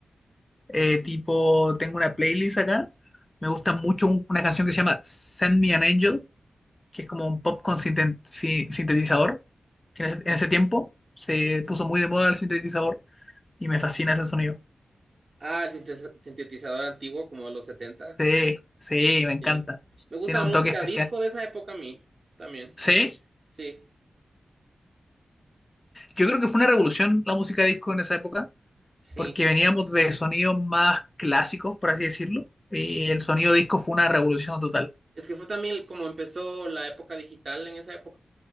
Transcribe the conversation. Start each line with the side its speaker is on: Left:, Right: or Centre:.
Left: Eh, tipo, tengo una playlist acá. Me gusta mucho un- una canción que se llama Send Me an Angel, que es como un pop con sinten- si- sintetizador, que en ese, en ese tiempo se puso muy de moda el sintetizador y me fascina ese sonido.
Right: Ah, el sintetiza- sintetizador antiguo, como de los setenta.
Left: Sí, sí, me encanta.
Right: Sí. Me gusta
Left: Tiene
Right: la
Left: un
Right: música
Left: toque especial.
Right: disco de esa época a mí, también.
Left: Sí,
Right: Sí,
Left: yo creo que fue una revolución la música disco en esa época
Right: sí.
Left: porque veníamos de sonidos más clásicos, por así decirlo, y el sonido disco fue una revolución total.
Right: Es que fue también como empezó la época digital en esa época